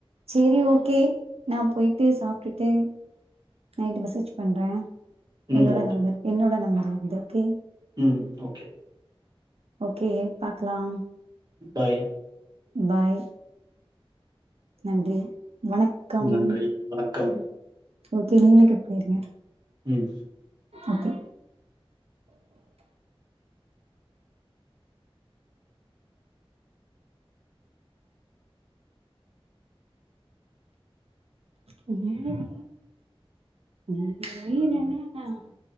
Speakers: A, on the right; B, on the right.
A: சேரி ஓகே நா போயிட்டு சாப்ட்டுட்டு நைட்டு மெசேஜ் பண்றே
B: ம்
A: என்னோட
B: ஓகே
A: நம்பர் என்னோட நம்பர் <unintelligible>
B: ம் ஓகே
A: ஓகே பாக்கலாம்
B: பாய்
A: பாய் நன்றி வணக்கம்
B: நன்றி வணக்கம்
A: ஓகே நீங்களே கட் பண்ணிருங்க
B: ம்
A: ஓகே உம் உம் உயிரென நா